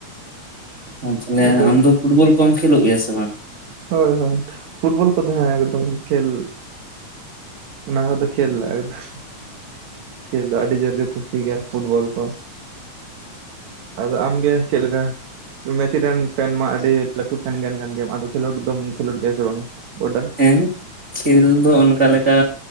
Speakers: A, on the right; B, on the right.
A: ᱦᱮᱸ ᱛᱟᱦᱚᱞᱮ
B: ᱟᱫᱚ
A: ᱟᱢ ᱫᱚ ᱯᱷᱩᱴᱵᱚᱞ ᱠᱚᱢ ᱠᱷᱮᱞᱚᱜ ᱜᱮᱭᱟ ᱥᱮ ᱵᱟᱝ
B: ᱦᱳᱭ ᱦᱳᱭ ᱯᱷᱩᱴᱵᱚᱞ ᱠᱚᱫᱚ ᱦᱮᱸ ᱮᱠᱫᱚᱢ ᱠᱷᱮᱞ ᱚᱱᱟ ᱠᱚᱫᱚ ᱠᱷᱮᱞ ᱮᱠᱫᱚᱥ ᱠᱷᱮᱞ ᱫᱚ ᱟᱹᱰᱤ ᱡᱳᱨ ᱜᱮ ᱠᱩᱥᱤ᱾ ᱴᱷᱤᱠ ᱜᱮᱭᱟ ᱯᱷᱩᱴᱵᱚᱞ ᱠᱚ ᱟᱫᱚ ᱟᱢᱜᱮ ᱪᱮᱫ ᱞᱮᱠᱟ? ᱢᱮᱥᱤ ᱨᱮᱱ ᱯᱷᱮᱱ ᱢᱟ ᱟᱹᱰᱤ ᱞᱟᱹᱴᱩ ᱯᱷᱮᱱ ᱜᱟᱱ ᱠᱟᱱ ᱜᱮᱭᱟᱢ ᱟᱫᱚ ᱠᱷᱮᱞᱳᱰ ᱫᱚᱢ ᱠᱷᱮᱞᱳᱰ ᱜᱮᱭᱟ ᱥᱮ ᱵᱟᱝᱟ ᱜᱚᱰᱟ ᱨᱮ?
A: ᱦᱮᱝ ᱠᱷᱮᱞ ᱫᱚ ᱚᱱᱠᱟ ᱞᱮᱠᱟ